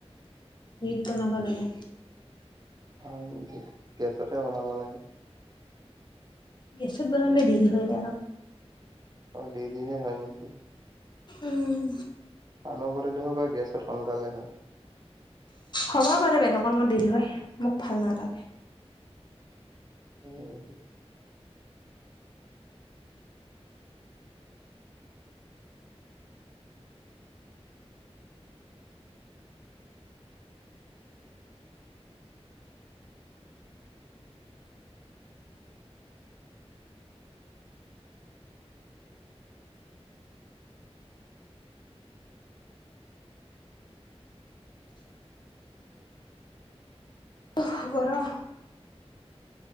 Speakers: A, on the left (about 45°); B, on the right (about 35°).
A: জুইত বনাবা লাগে।
B: হয় নেকি, গেছতহে বনাব লাগে।
A: গেছত বনালে দেৰি হয় যায় আৰু।
B: অঁ' দেৰি হে হয় নেকি?
A: উম'
B: পালোবৰে দেখোবা গেছত সোনকালে হয়।
A: হ'ব পাৰে বেলেগৰ মতে দেৰি হয় মোক ভাল নালাগে।
B: উম উমহু।
A: উফ' গৰম।